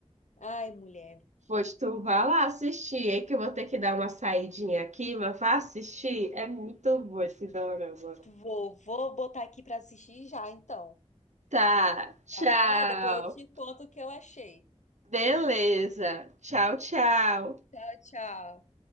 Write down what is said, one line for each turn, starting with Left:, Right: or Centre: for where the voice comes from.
Left: Ai, mulher.
Right: Pois tu vá lá assistir, hein? Que eu vou ter que dar uma saidinha aqui, mas vá assistir. É muito bom esse dorama.
Left: Vou, vou botar aqui pra assistir já, então.
Right: Tá, tchau.
Left: Tá bom? Aí depois eu te conto o que eu achei.
Right: Beleza. Tchau, tchau.
Left: Tchau, tchau.